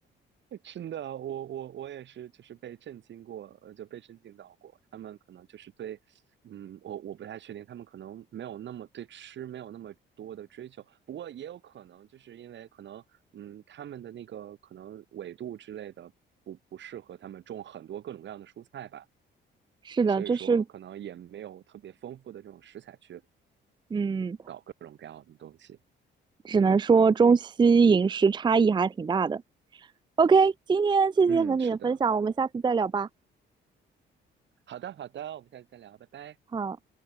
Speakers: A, on the right; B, on the right.
A: 真的，我我我也是，就是被震惊过，呃，就被震惊到过。他们可能就是对，嗯，我我不太确定，他们可能没有那么对吃没有那么多的追求，不过也有可能就是因为可能，嗯，他们的那个可能纬度之类的不不适合他们种很多各种各样的蔬菜吧，
B: 是的，
A: 所以说可能也没有特别丰富的这种食材去
B: 就是嗯，
A: 各种各样的东西。
B: 只能说中西饮食差异还挺大的。OK，今天谢谢和你的分享，
A: 嗯，是的，
B: 我们下次再聊吧。
A: 好的，好的，我们下次再聊，拜拜。
B: 好。